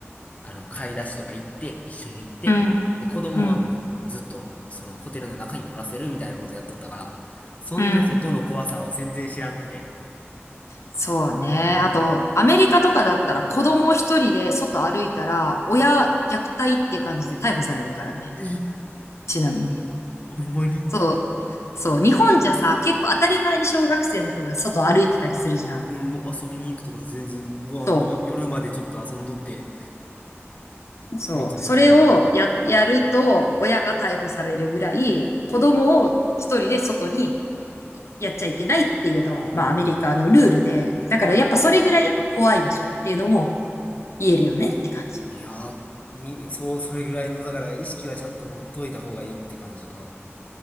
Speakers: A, on the left; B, on the left.
A: あの、買い出しとか行って、一緒に行って、
B: うん。
A: で、子供はもう、
B: うん。うん。
A: ずっと、その、ホテルの中におらせるみたいなことやっとったから、そんな外の怖さは全然知らんくて。
B: うん。そうね。
A: うん。
B: あと、アメリカとかだったら子供一人で外歩いたら、親虐待って感じで逮捕されるからね。
A: え、
B: ちなみに。
A: ほんまに
B: そう。そう。日本じゃさ、結構当たり前に小学生の子が外歩いてたりするじゃん。
A: うん、もう遊びに行くとかで全然、うわあの、
B: そ
A: よ夜までちょっと遊んどって、
B: う。そう。
A: みたいなのあるけど
B: それをや、やると、親が逮捕されるぐらい、子供を一人で外にやっちゃいけないっていうのは、
A: はあ、
B: まあアメリカのルールで、だからやっぱそれぐらいやっぱ怖い場所っていうのも言えるよねって感じ。
A: いやー、に、そう、それぐらいの、だから意識はちゃんと持っといた方がいいって感じか。